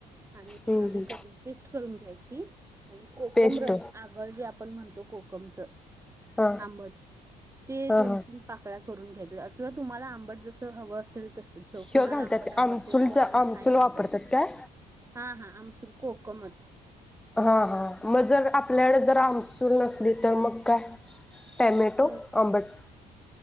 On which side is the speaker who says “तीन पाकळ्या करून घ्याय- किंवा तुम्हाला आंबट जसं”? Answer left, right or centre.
Right